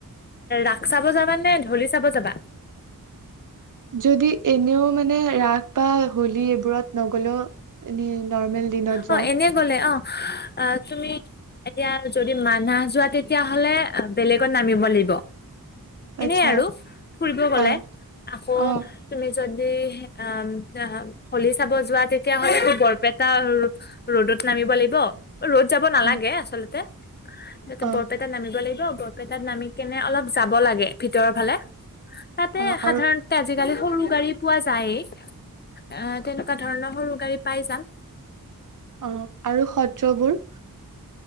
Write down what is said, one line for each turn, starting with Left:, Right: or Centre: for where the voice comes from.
Left: ৰাস চাব যাবা নে ধলি চাব যাবা।
Right: যদি এনেও মানে ৰাস বা হোলী এইবোৰত নগলেও এনেই নৰ্মেল দিনত
Left: অ
Right: যাওঁ
Left: এনে গ'লে অ তুমি এতিয়া যদি মানাহ যোৱা তেতিয়াাহ'লে বেলেগত নামিব লাগিব। এনে
Right: আচ্ছা
Left: আৰু ফুৰিব গলে
Right: অ
Left: আকৌ
Right: অ
Left: তুমি যদি অ হলি চাব যোৱা তেতিয়াহ'লে আ বৰপেটা টা ৰ'দত নামিব লাগিব ৰ'দ যাব নালাগে
Right: উম
Left: আচলতে ত
Right: অ
Left: বৰপেটাত নামিব লাগিব। বৰপেটাত নামি কেনে অলপ যাব লাগে ভিতৰৰ ফালে। তাতে
Right: অ
Left: সাধাৰণতে
Right: আৰু
Left: আজিকালি সৰু গাড়ী পোৱা যায়েই। অ তেনেকুৱা ধৰণৰ সৰু গাড়ী পাই যাম
Right: অ আৰু সত্ৰবোৰ